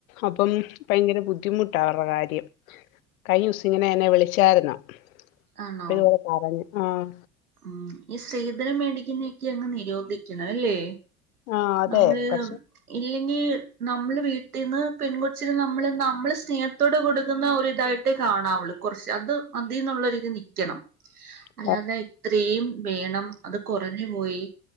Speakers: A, on the left; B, on the right.
A: അപ്പം ഭയങ്കര ബുദ്ധിമുട്ട അവരുടെ കാര്യം കഴിഞ്ഞസം ഇങ്ങനെ എന്നെ വിളിച്ചായിരുന്നു
B: ആണോ
A: അപ്പൊ ഇതുപോടെ പറഞ്ഞു ആഹ്
B: ഉം ഈ സ്രീധനം മേടിക്കുന്നൊക്കെ അങ്ങ് നിരോധിക്കണം അല്ലേ
A: ആ അതെ
B: നമ്മള്
A: പക്ഷെ
B: ഇല്ലെങ്കിൽ നമ്മൾ വീട്ടിൽന്ന് പെൺകുച്ചിന് നമ്മൾ നമ്മള് സ്നേഹത്തോടെ കൊടുക്കുന്ന ഒരിതായിട്ട് കാണാവുള്ള് കുറച്ച് അത് മതിൽന്നുള്ള രീതിൽ നിക്കണം
A: <inaudible>
B: അല്ലതൊയി ഇത്രീയും വേണം അത് കുറഞ്ഞു പോയി